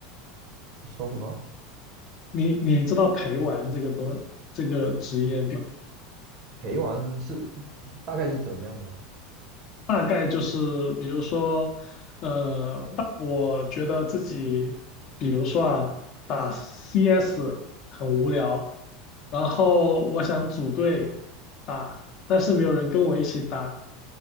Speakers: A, on the right; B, on the left.
A: 说什么
B: 你你知道陪玩这个东这个职业吗？
A: 陪玩是大概是怎样的呢？
B: 大概就是，比如说，呃，我觉得自己，比如说啊，打 CS 很无聊，然后我想组队打，但是没有人跟我一起打，